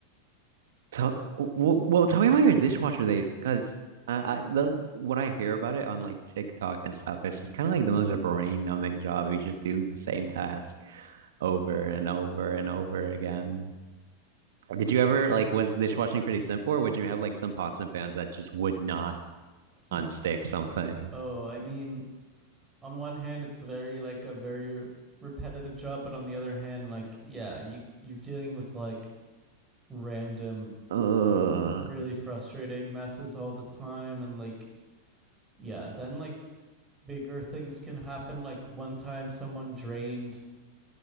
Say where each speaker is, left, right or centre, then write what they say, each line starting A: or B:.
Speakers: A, on the right (about 60°); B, on the right (about 15°).
A: Tell, well, well, tell me about your dishwasher days, because I, I the what I hear about it on like TikTok and stuff, it's just kind of like the most brain-numbing job. You just do the same task over and over and over again. Did you ever like was dishwashing pretty simple, or would you have like some pots and pans that just would not
B: <laughs>
A: unstick something?
B: Oh, I mean, on one hand, it's very like a very repetitive job, but on the other hand, like yeah, you you're dealing with like random
A: Ugh.
B: really frustrating messes all the time and like yeah then like bigger things can happen like one time someone drained